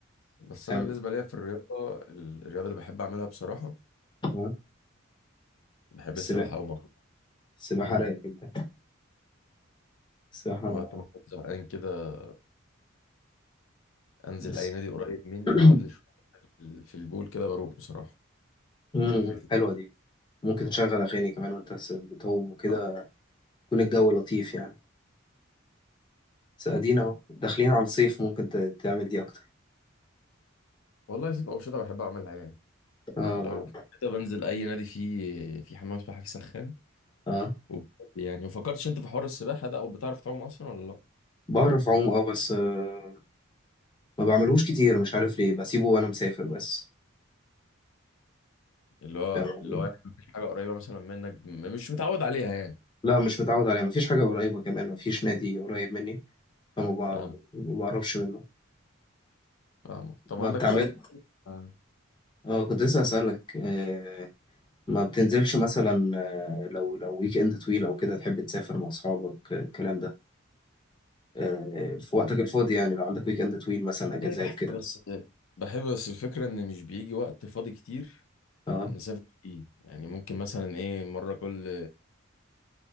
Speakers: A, on the left; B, on the left.
A: بس
B: تمام
A: انا بالنسبة ليا في الرياضة الرياضة اللي بحب اعملها بصراحة
B: تمام.
A: بحب
B: السباحة
A: السباحة أوي مرة
B: السباحة
A: امم
B: رايقة جدا السباحة
A: وقت ما كنت زهقان كده أنزل
B: بس
A: أي نادي قريب مني
B: <clears throat>
A: أقعد لي شوية في البول كده بروق بصراحة
B: مم،
A: دي من الحاجات اللي
B: حلوة دي ممكن تشغل أغاني كمان وأنت بتعوم وكده
A: آه،
B: يكون الجو لطيف يعني بس ادينا اهو داخلين على الصيف ممكن ت- تعمل دي اكتر
A: والله في أنشطة بحب أعملها يعني
B: اه
A: لو <laughs> كده بنزل أي نادي فيه في حمام سباحة فيه سخان
B: اه
A: وب- يعني ما فكرتش أنت في حوار السباحة ده أو بتعرف تعوم أصلا ولا لأ؟
B: بعرف اعوم اه بس آه ما بعملهوش كتير مش عارف ليه بسيبه وانا مسافر بس
A: اللي هو
B: فاهم قصدي؟
A: اللي هو يعني مفيش حاجة قريبة مثلا منك م- مش متعود عليها يعني
B: لا مش متعود عليه مفيش حاجة قريبة كمان مفيش نادي قريب مني فما بع-
A: فاهم
B: ما بعرفش منه
A: فاهم طب
B: ما
A: عندك
B: بتعمل
A: هوايات آه.
B: اه كنت لسه اسألك آه ما بتنزلش مثلا آه، لو لو ويك اند طويل او كده تحب تسافر مع اصحابك آه، الكلام ده آه في وقتك الفاضي يعني لو عندك ويك اند طويل مثلا اجازات
A: طيب بحب
B: كده
A: بس بحب بس الفكرة إن مش بيجي وقت فاضي كتير
B: اه
A: نسافر فيه يعني ممكن مثلا ايه مرة كل